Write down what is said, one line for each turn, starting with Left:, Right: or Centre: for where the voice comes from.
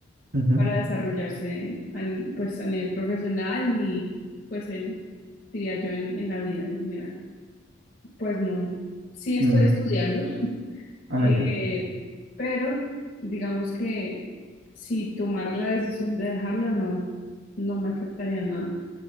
Right: Ujú.
Left: para desarrollarse a ni- pues a nivel profesional ni pues en, diría yo, en, en la vida en general. Pues no, sí estoy
Right: Mm.
Left: estudiando.
Right: Ah,
Left: Eh,
Right: ya,
Left: pero digamos que si tomara la decisión de dejarla, no, no me afectaría nada